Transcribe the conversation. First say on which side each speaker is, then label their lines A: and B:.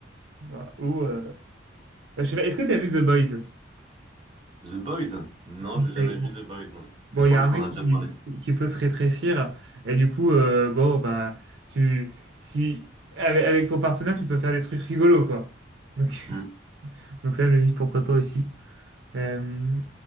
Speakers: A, on the right; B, on the right.
A: voilà. Ou, euh, Euh, Je sais pas, est-ce que t'as vu The Boys?
B: The Boys? Non,
A: C'est-
B: j'ai jamais
A: c'est- Bon,
B: vu The Boys, non. Mais
A: bon,
B: je
A: il
B: crois
A: y a
B: que
A: un
B: tu
A: mec
B: m'en as
A: qui,
B: déjà Ouais. parlé.
A: qui peut se rétrécir et du coup, euh, bon, bah, tu, si, avec, avec ton partenaire, tu peux faire des trucs rigolos, quoi. Donc,
B: Hmm.
A: <laughs> donc ça, je me dis pourquoi pas aussi. Euh,